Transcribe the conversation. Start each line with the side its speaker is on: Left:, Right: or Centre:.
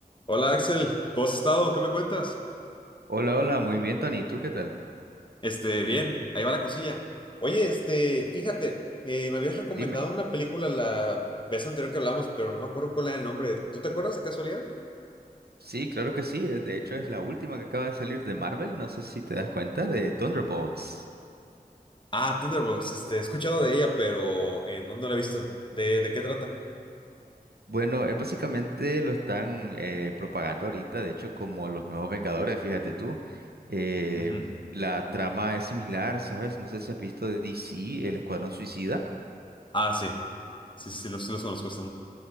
Left: Hola Axel, ¿cómo has estado? ¿Qué me cuentas?
Right: Hola, hola, muy bien, Tony. ¿Tú qué tal?
Left: Este, bien, ahí va la cosilla. Oye, este, fíjate, eh, me habías recomendado
Right: Dime.
Left: una película la vez anterior que hablamos, pero no me acuerdo cuál era el nombre. ¿Tú te acuerdas de casualidad?
Right: Sí, claro que sí. eh, De hecho, es la última que acaba de salir de Marvel. No sé si te das cuenta de Thunderbolts.
Left: Ah, Thunderbolts, este, he escuchado de ella, pero eh, no, no la he visto. ¿De, de qué trata?
Right: Bueno, eh, básicamente lo están eh, propagando ahorita, de hecho, como los nuevos Vengadores, fíjate tú. Eh,
Left: Ujú.
Right: la trama es similar, ¿sabes? No sé si has visto de DC, El Escuadrón Suicida.
Left: Ah, sí, sí, sí, los, sí los conozco. Están...